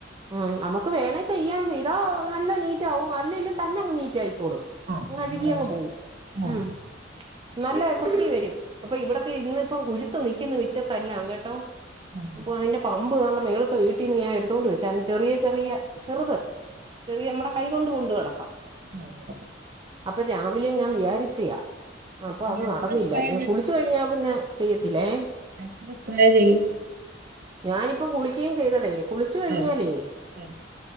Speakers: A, on the right (about 25°); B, on the right (about 50°).
A: ഉം നമുക്ക് വേണേ ചെയ്യാം ചെയ്താ നല്ല നീറ്റ് ആവും അല്ലെല്ലും തന്നെങ്ങ് നീറ്റ് ആയിക്കോളും
B: അങ്ങനെ
A: അങ്ങ് അഴുകി
B: കുഴപ്പമില്ല
A: അങ്ങ് പോവും
B: ആഹ്
A: ഉം നല്ല വൃത്തി വരും അപ്പൊ ഇവിടൊക്കെ ഇന്ന് ഇപ്പം കുരുത്ത് നിക്ക്ന്ന് മിറ്റത്തെല്ലാം കേട്ടോ
B: ആഹ്
A: അപ്പൊ അതിന്റെ പമ്പ് ദാണ്ടെ മേളിത്ത വീട്ടീന്ന് ഞാൻ എടുത്തുകൊണ്ട് വെച്ചായിരുന്നു ചെറിയ ചെറിയ ചെറുത് ചെറിയ നമ്മടെ കൈകൊണ്ട് കൊണ്ട് നടക്കാം
B: ആതെ
A: അപ്പ രാവിലെ ഞാൻ വിചാരിച്ചയാ അപ്പ അത്
B: എത്ര
A: നടന്നില്ല
B: സ്പ്രേ
A: കുളിച് കഴിഞ്ഞാ പിന്നെ ചെയ്യത്തില്ലേ
B: ഞങ്ങളും സ്പ്രേ ചെയ്യും
A: ഞാനിപ്പം കുളിക്കേ ചെയ്തടെ കുളിച്ച് കഴിഞ്ഞാലേ
B: ആഹ് ആഹ്